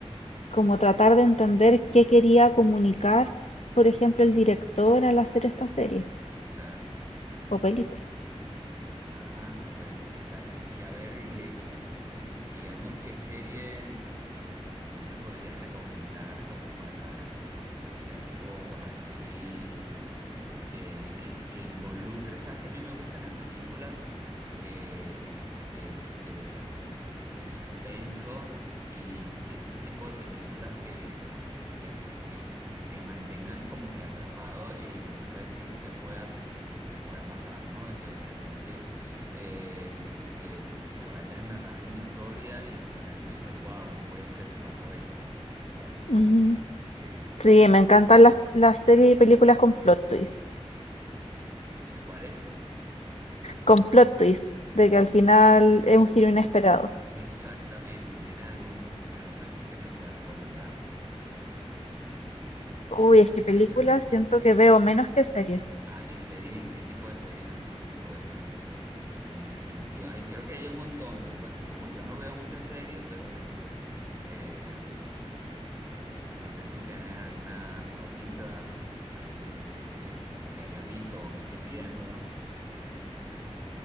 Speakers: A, on the left; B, on the right.
A: como tratar de entender qué quería comunicar, por ejemplo, el director al hacer esta serie
B: claro.
A: o película.
B: Ah, súper interesante. Y a ver, y, y digamos, ¿qué serie vos me podrías recomendar como para que sea tipo así, eh, que, que involucre, sabes que a mí me gustan las películas eh, de, de, de suspenso y de esos tipos de películas que, que, s- que, s- que te mantengan como que atrapado en no saber qué, qué puedas, qué, qué pueda pasar, ¿no? Que de repente eh, te, te vayan narrando una historia y al final tú dices, wow, no puede ser que pasó esto, ¿saben?
A: Ujú.
B: Eh,
A: Sí, me encantan las, las series y películas con plot twist,
B: ¿cuál es?
A: con plot twist, de que al final es un giro inesperado.
B: Exactamente, ¿tienes algún, alguna así que me puedes recomendar?
A: Uy, es que películas
B: Que te ven,
A: siento
B: que,
A: que veo menos que series.
B: ah, y series, ¿y qué tipo de series así, tipo de ese, de ese- en ese sentido? Ay, creo que hay un montón, lo que pasa es que como yo no veo muchas series, pero bueno, eh, no sé si tienes alguna favorita que, que, que hayas visto o que estés viendo.